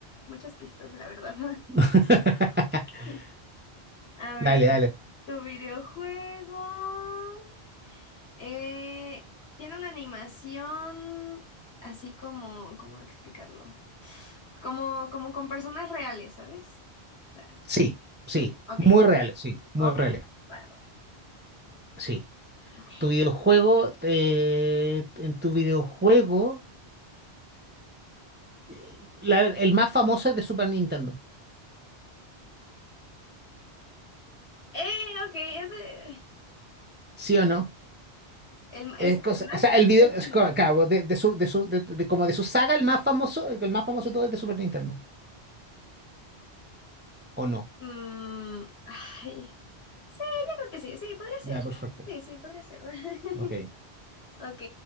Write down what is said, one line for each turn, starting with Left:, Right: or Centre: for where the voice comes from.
Left: muchas pistas, la verdad.
Right: <laughs>
Left: <laughs> A ver,
Right: Dale, dale.
Left: tu videojuego eh, tiene una animación así como, ¿cómo explicarlo? Como, como con personas reales, ¿sabes? O sea,
Right: Sí, sí.
Left: ¿sí? Ok,
Right: Muy
Left: ok.
Right: reales, sí. Muy
Left: Ok,
Right: reales,
Left: va, va.
Right: sí.
Left: Ok.
Right: Tu videojuego, eh, en tu videojuego, eh, la- el más famoso es de Super Nintendo,
Left: Eh, ok, ese
Right: ¿sí o no?
Left: el, es
Right: Es
Left: el
Right: cosa,
Left: más,
Right: o sea, el video,
Left: es
Right: es
Left: el
Right: co-
Left: más.
Right: claro,
Left: ¿no?
Right: de, de su, de su, de- de- como de su saga, el más famoso, el más famoso de todo es de Super Nintendo, ¿o no?
Left: Mm, ay, sí, yo creo que sí, sí, podría ser.
Right: Ya, perfecto.
Left: Sí, sí, podría ser. <laughs>
Right: Ok.
Left: Ok.